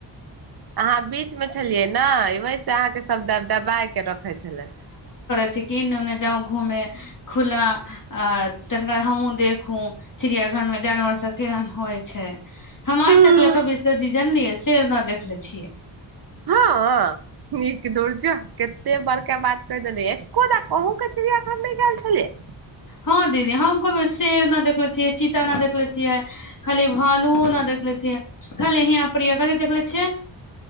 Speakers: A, on the right; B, on the left.
A: अहाँ बीच मे छलियै ने वहि से अहाँके शद दबाइ के रखै छलै
B: च कि ओन्ने जाउ घूमे खुला आ तनिका हमहूँ देखू चिड़िया घर मे जानवर सब केहन होइ छै हम
A: छलै
B: आ तक ले कभी सदी जनलियै सेर नहि देखले छियै
A: हँ नीक दर छियो कते बड़का बात कहि देलियै एको द कहूँ के चिड़िया घर नहि गेल छलियै
B: हँ दीदी हम कहबै शेर नहि देखले छियै चीता न देखले छियै खाली भालुओ न देखले छियै खाली अही प्रिय कथी तकल छै